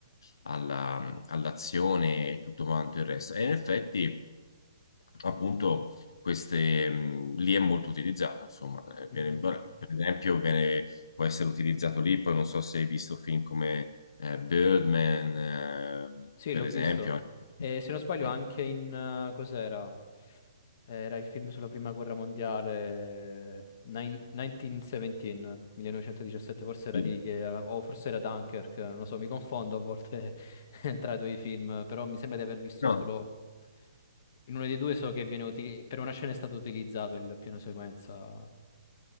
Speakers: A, on the left (about 75°); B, on the left (about 35°).
A: alla- all'azione e tutto quanto il resto. E in effetti, appunto, queste, mh, lì è molto utilizzato, insomma, Eh,
B: Mhm.
A: viene- per esempio viene- può essere utilizzato lì, poi non so se hai visto film come eh, Birdman, eh,
B: Sì,
A: per
B: l'ho
A: esempio.
B: visto.
A: anche-
B: E se non sbaglio
A: Mm.
B: anche in... eh, cos'era? Era il film sulla prima guerra mondiale, nine- 1917, 1917, forse era
A: Sì.
B: lì, che, o forse era Dunkirk, non lo so, mi confondo a volte <laughs> tra i due film, però mi sembra di aver visto
A: No.
B: solo... In uno dei due so che viene uti- per una scena è stato utilizzato il piano sequenza